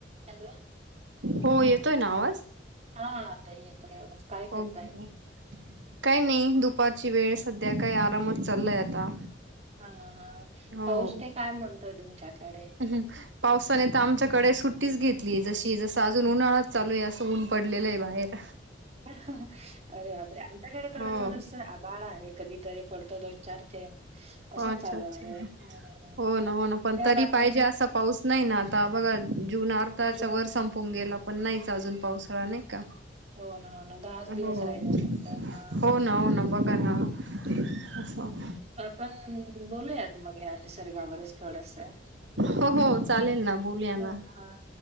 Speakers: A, on the right (about 35°); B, on the right (about 75°).
A: Hello.
B: हो, येतोय ना आवाज?
A: हा, ताई येतोय आवाज. काय करताय
B: हो, हो. काही नाही, दुपारची वेळ सध्या. काय आरामच चाललाय आता.
A: हा.
B: हो
A: पाऊस ते काय म्हणतोय, तुमच्याकडे?
B: <unintelligible> पावसाने तर आमच्याकडे सुट्टीच घेतलीय. जशी- जस अजून उन्हाळाच चालूय. असं ऊन पडलेलंय बाहेर.
A: अरे बापरे! आमच्याकडे थोड-
B: हो
A: थोडस आभाळ आहे. कधी तरी पडता दोन- चार थेंब. असंच
B: हो, अच्छा
A: चालू
B: - अच्छा.
A: आहे हम्म.
B: हो, ना. हो, ना. पण
A: यार
B: तरी
A: आपण
B: पाहिजे असा पाऊस नाही ना. आता बघा, जून अर्धाचा
A: जून
B: वर संपवून गेला. पण नाहीच अजून पावसाळा. नाही का?
A: हो ना हो ना दहाच दिवस
B: हो. हो,
A: राहिले फक्त हा
B: ना. हो, ना. बघा ना. असं.
A: पण बोलूयात, मग. ह्या निसर्गावरच थोडसं.
B: हो हो चालेल ना बोलूया ना
A: हो. हा.